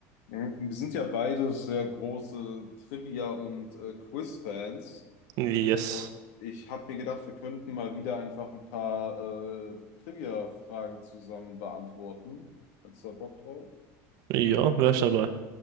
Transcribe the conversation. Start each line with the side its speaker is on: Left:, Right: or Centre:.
Left: Mhm. Wir sind ja beide sehr große Trivia- und äh, Quiz-Fans.
Right: Yes.
Left: Und ich habe mir gedacht, wir könnten mal wieder einfach ein paar äh, Trivia-Fragen zusammen beantworten. Hättest du da Bock drauf?
Right: Ja, wär ich dabei.